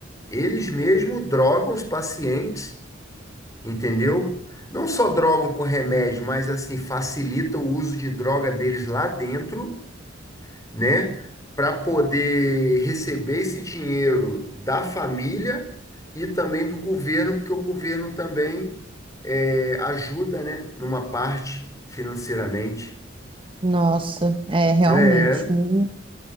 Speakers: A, on the left (about 15°); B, on the right (about 25°).
A: eles mesmos drogam os pacientes, entendeu? Não só drogam com remédio, mas assim, facilita o uso de droga deles lá dentro né? Para poder receber esse dinheiro da família e também do governo, porque o governo também é, ajuda, né? Numa parte financeiramente.
B: Nossa, é realmente
A: É,
B: um.